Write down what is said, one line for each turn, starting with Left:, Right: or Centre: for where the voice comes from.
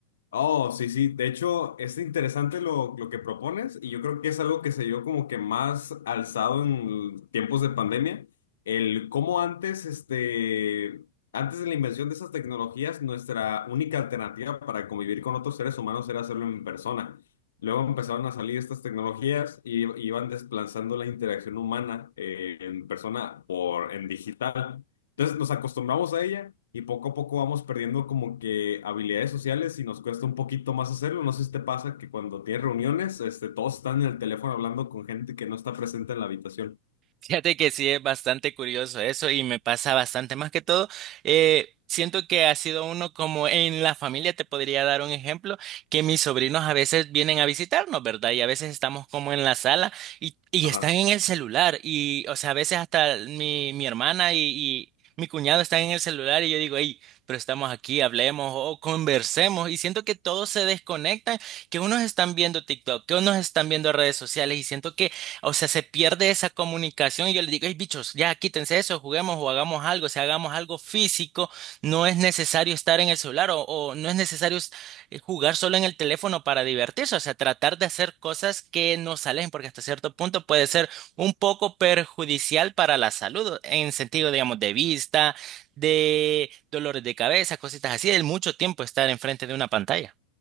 Left: Oh, sí, sí. De hecho, es interesante lo, lo que propones y yo creo que es algo que se dio como que más alzado en tiempos de pandemia. El cómo antes, este, antes de la invención de esas tecnologías, nuestra única alternativa para convivir con otros seres humanos era hacerlo en persona. Luego empezaron a salir estas tecnologías y iban desplazando la interacción humana eh, en persona por en digital. Entonces nos acostumbramos a ella y poco a poco vamos perdiendo como que habilidades sociales y nos cuesta un poquito más hacerlo. No sé si te pasa que cuando tienes reuniones, este, todos están en el teléfono hablando con gente que no está presente en la habitación.
Right: Fíjate que sí es bastante curioso eso y me pasa bastante. Más que todo, eh, siento que ha sido uno como en la familia, te podría dar un ejemplo, que mis sobrinos a veces vienen a visitarnos, ¿verdad? Y a veces estamos como en la sala y, y
Left: Ajá.
Right: están en el celular y, o sea, a veces hasta mi, mi hermana y, y mi cuñado están en el celular y yo digo, hey, pero estamos aquí, hablemos o conversemos y siento que todos se desconectan, que unos están viendo TikTok, que unos están viendo redes sociales y siento que o sea, se pierde esa comunicación y yo les digo, hey, bichos, ya quítense eso, juguemos o hagamos algo, o sea, hagamos algo físico, no es necesario estar en el celular o, o no es necesario es- eh, jugar solo en el teléfono para divertirse, o sea, tratar de hacer cosas que nos alejen, porque hasta cierto punto puede ser un poco perjudicial para la salud, en sentido, digamos, de vista, de dolores de cabeza, cositas así, del mucho tiempo estar enfrente de una pantalla.